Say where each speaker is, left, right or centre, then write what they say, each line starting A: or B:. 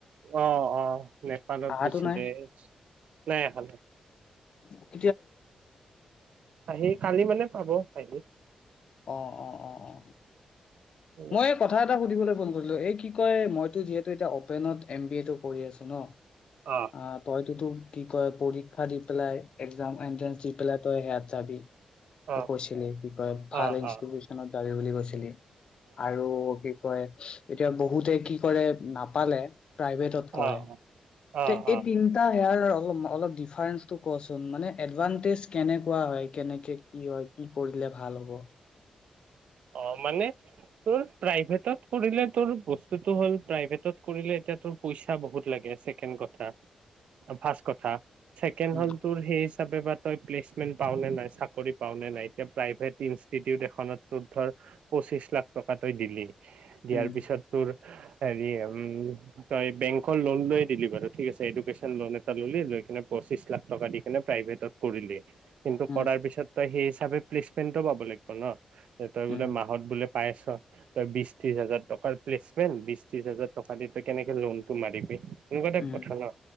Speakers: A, on the right; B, on the left.
A: অ', অ', নেপালত
B: আহাতো
A: গৈছিলে।
B: নাই
A: নাই আহা নাই।
B: <inaudible>
A: আহি কালি মানে <unintelligible>
B: অ অ অ অ।
A: অ
B: মই এই কথা এটা সুধিবলৈ ফোন কৰিলো, এই কি কয় মইতো যিহেতু এতিয়া অ অপেনত এমবিএটো কৰি আছোঁ নহ।
A: অ
B: আ, তই তইটো কি কয় পৰীক্ষা দি পেলাই এক্সাম, এনট্ৰেন্ঞ্চ দি পেলাই তই সেয়াত যাবি তই
A: অ
B: কৈছিলি কি কয় ভাল
A: অ
B: ইনষ্টিটিউচনত
A: অ
B: যাবি বুলি কৈছিলি আৰু কি কয় এতিয়া বহুতে কি কৰে নাপালে প্ৰাইভেটত কৰে
A: অ অ
B: তে এই
A: অ
B: তিনিটাৰ সেয়াৰ অলপ ডিফাৰেন্ঞ্চটো কচোন মানে এডভাণ্টেজ কেনে কোৱা হয়, কেনেকে কি হয়? কি পঢ়িলে ভাল হ'ব।
A: অ', মানে তোৰ প্ৰাইভেটত কৰিলে তোৰ বস্তুটো হ'ল প্ৰাইভেটত কৰিলে এতিয়া তোৰ পইচা বহুত লাগে, ছেকেণ্ড কথা ফাষ্ট কথা ছেকেণ্ড
B: উম
A: হ'ল তোৰ সেই তই প্লেচমেণ্ট পাওঁ নে নাই চাকৰি পাওঁ নে নাই এতিয়া প্ৰাইভেট ইনষ্টিটিউট এখনত ধৰ পঁচিশ লাখ টকা তই দিলি দিয়াৰ
B: উম
A: পিছত তোৰ হেৰি তই বেংকৰ লোন লৈ দিলি বাৰু ঠিক আছে এডুকেশ্যন লোন এটা ল'লি লৈ কিনে পঁচিশ লাখ টকা দি কিনে প্ৰাইভেটত কৰিলি। কিন্তু
B: উম
A: পঢ়াৰ পিছত তই সেই। তথাপিও প্লেচমেন্ট পাব লাগিব নহ। তই
B: উম
A: বোলে মাহত বোলে। পাই আছোঁ তই বিশ ত্ৰিশ হাজাৰ টকাৰ প্লেচমেন্ট বিশ ত্ৰিশ হাজাৰ টকা দি তই কেনেকৈ লোনটো মাৰিবি। এনেকুৱা
B: উম
A: কথা ন